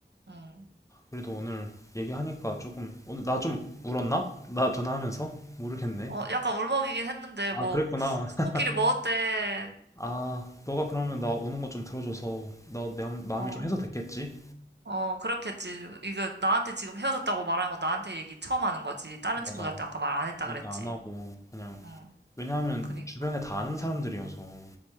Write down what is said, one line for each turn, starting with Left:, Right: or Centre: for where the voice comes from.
Right: 응.
Left: 그래도 오늘 얘기하니까 조금, 오늘 나 좀 울었나? 나 전화하면서? 모르겠네.
Right: 어, 약간 울먹이긴 했는데,
Left: 아,
Right: 뭐,
Left: 그랬구나.
Right: 친구끼리
Left: <laughs>
Right: 뭐 어때?
Left: 아, 너가 그러면 나 우는 거 좀 들어줘서 나 마음, 마음이
Right: 어,
Left: 좀 해소됐겠지?
Right: 어, 그렇겠지. 이거 나한테 지금 헤어졌다고 말하는 거 나한테 얘기 처음 하는 거지. 다른
Left: 맞아.
Right: 친구들한테 아까 말 안 했다
Left: 얘기
Right: 그랬지.
Left: 안 하고, 그냥.
Right: 응,
Left: 왜냐하면
Right: 그니까.
Left: 주변에 다 아는 사람들이어서,